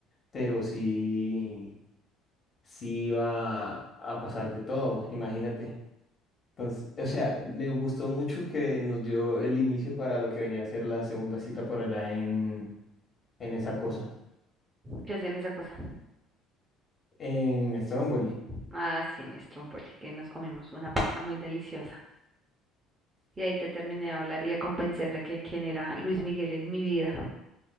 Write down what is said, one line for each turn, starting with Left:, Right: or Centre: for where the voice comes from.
Left: pero sí, sí iba a pasar de todo, imagínate. Entonces, o sea, me gustó mucho que nos dio el inicio para lo que venía a ser la segunda cita por allá en, en esa cosa,
Right: ¿Qué hacen esa cosa?
Left: en Stromboli.
Right: Ah, sí, mi Stromboli, que nos comimos una pizza muy deliciosa. Y ahí te terminé de hablar y de convencer de que quién era Luis Miguel en mi vida.